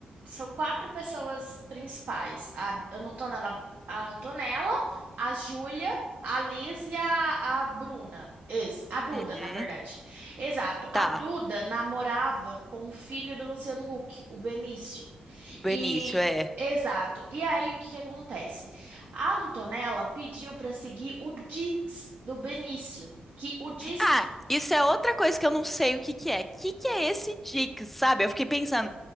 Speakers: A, on the right; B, in the centre.
A: são quatro pessoas principais. A Antonella, a Antonella, a Júlia, a Liz e a, a Bruna. Esse, a Duda,
B: Uhum.
A: na verdade. Exato. A
B: Tá.
A: Duda namorava com o filho do Luciano Huck, o Benício.
B: Benício,
A: E
B: é.
A: exato. E aí o que que acontece? A Antonella pediu para seguir o Dix do Benício. Que o disque.
B: Ah, isso é outra coisa que eu não sei o que que é. Que que é esse Dix, sabe? Eu fiquei pensando.